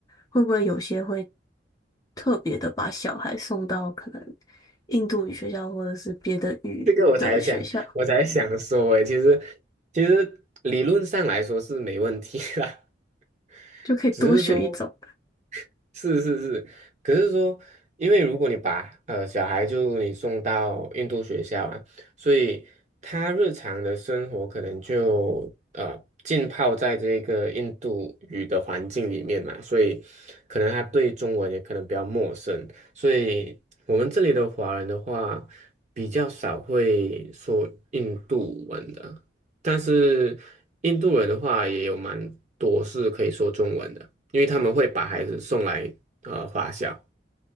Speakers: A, on the left; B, on the right.
A: 会不会有些会特别的把小孩送到可能印度语学校或者是别的语的学校，
B: 这个我才想，我才想说诶，其实其实理论上来说是没问题啦。<laughs>
A: 就可以多学一种？
B: 只是说。<laughs> 是是是，可是说，因为如果你把呃小孩就你送到印度学校啊，所以他日常的生活可能就呃浸泡在这个印度语的环境里面嘛，所以可能他对中文也可能比较陌生，所以我们这里的华人的话，比较少会说印度文的。但是印度人的话也有蛮多是可以说中文的，因为他们会把孩子送来呃华小。